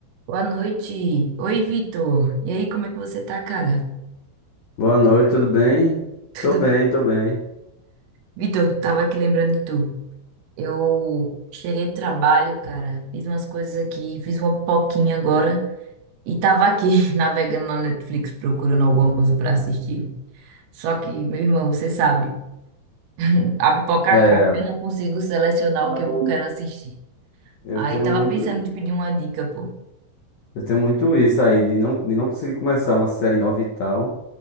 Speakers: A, on the right (about 80°); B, on the left (about 65°).
A: Boa noite. Oi, Vitor. E aí, como é que você tá, cara?
B: Boa noite, tudo bem?
A: <laughs> Tudo...
B: Tô bem, tô bem.
A: Vitor, tava aqui lembrando de tu. Eu cheguei do trabalho, cara. Fiz umas coisas aqui, fiz uma poquinha agora e tava aqui <laughs> navegando na Netflix procurando alguma coisa pra assistir. Só que, meu irmão, você sabe, <laughs> a pipoca
B: É,
A: acaba, e eu não consigo selecionar o que eu quero assistir.
B: eu
A: Aí
B: tenho
A: tava
B: muito,
A: pensando em te pedir uma dica, pô.
B: eu tenho muito isso aí de não, de não conseguir começar uma série nova e tal,